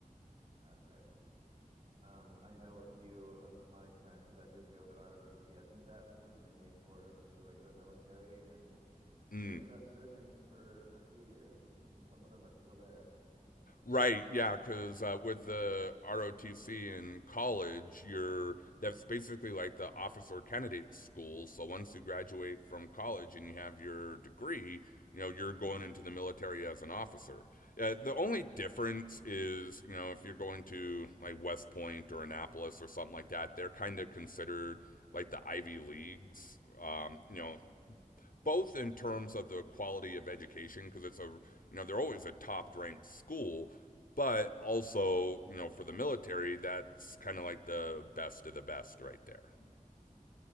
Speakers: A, on the right (about 60°); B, on the left (about 75°).
A: Ah, Okay. Um, I know a few of my friends that did go to ROTC. I think that was mainly for just the regular military and
B: Mm.
A: They ended up serving for a few years, and some of them are still there.
B: Right, yeah, because uh, with the ROTC in college, you're that's basically like the officer candidate school. So once you graduate from college and you have your degree, you know you're going into the military as an officer. Uh, the only difference is, you know, if you're going to like West Point or Annapolis or something like that, they're kind of considered like the Ivy Leagues. Um, you know,
A: Mm, yeah,
B: both in terms of the quality of education because it's a you know they're always a top ranked school but also you know for the military that's kind of like the best of the best right there